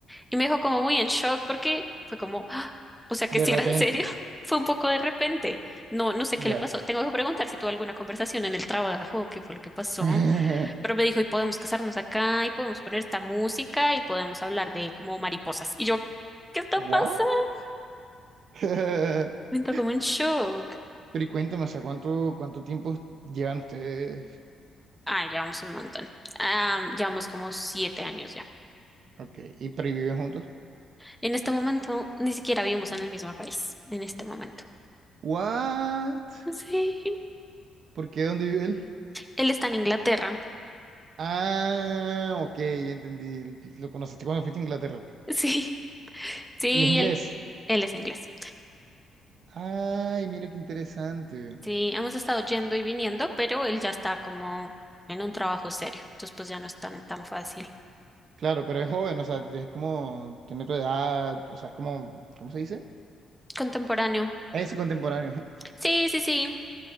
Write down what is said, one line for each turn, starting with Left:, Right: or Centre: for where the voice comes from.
Centre: Y me dejó como muy en shock porque fue como, "Ah, o sea, que
Right: De
Centre: si era
Right: repente,
Centre: en serio, <laughs> fue un poco de repente. No, no sé
Right: ya.
Centre: qué le pasó. Tengo que preguntar si tuvo alguna conversación en el trabajo, qué fue lo que pasó.
Right: <laughs>
Centre: Pero me dijo, y podemos casarnos acá, y podemos poner esta música, y podemos hablar de como mariposas. Y yo, ¿qué está
Right: ¿What?
Centre: pasando?
Right: <laughs> Pero,
Centre: Me entró como en shock.
Right: pero y cuéntame, o sea, ¿cuánto, cuánto tiempo llevan ustedes?
Centre: Ah, llevamos un montón. Ah, llevamos como siete años ya.
Right: Ok, ¿y pero y viven juntos?
Centre: En este momento, ni siquiera vivimos en el mismo país. En este momento.
Right: ¿What?
Centre: Sí.
Right: ¿Por qué? ¿Dónde vive él?
Centre: Él está en Inglaterra. <laughs>
Right: Ah, ok, ya entendí. Lo conociste cuando fuiste a Inglaterra.
Centre: Sí. Sí,
Right: ¿Y es inglés?
Centre: él, él es inglés.
Right: Ay, mira qué interesante.
Centre: Sí, hemos estado yendo y viniendo, pero él ya está como en un trabajo serio. Entonces, pues ya no es tan, tan fácil.
Right: Claro, pero es joven, o sea, es como, tiene tu edad, o sea, es como, ¿cómo se dice?
Centre: Contemporáneo.
Right: Es contemporáneo.
Centre: Sí, sí, sí.